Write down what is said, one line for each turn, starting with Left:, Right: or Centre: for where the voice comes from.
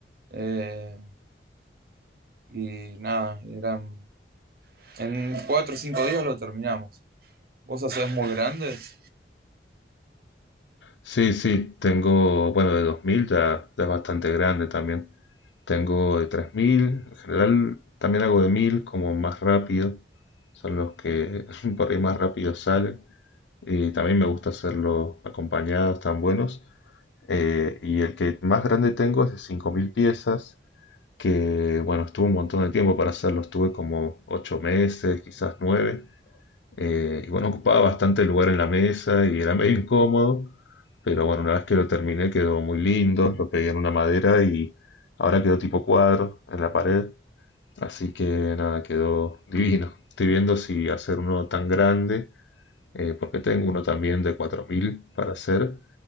Right: Eh, y nada, eran, en cuatro o cinco días lo terminamos. ¿Vos hacés muy grandes?
Left: Sí, sí, tengo, bueno, de 2000 ya, ya es bastante grande también. Tengo de 3000. en general también hago de 1000, como más rápido. Son los que <laughs> por ahí más rápido salen. Y también me gusta hacerlo acompañados, tan buenos. Eh, y el que más grande tengo es de 5000 piezas, que bueno, estuvo un montón de tiempo para hacerlo. Estuve como 8 meses, quizás 9. Eh, y bueno, ocupaba bastante lugar en la mesa y era medio incómodo, pero bueno, una vez que lo terminé quedó muy lindo, lo pegué en una madera y ahora quedó tipo cuadro en la pared, así que nada, quedó divino. Estoy viendo si hacer uno tan grande, eh, porque tengo uno también de 4000 para hacer,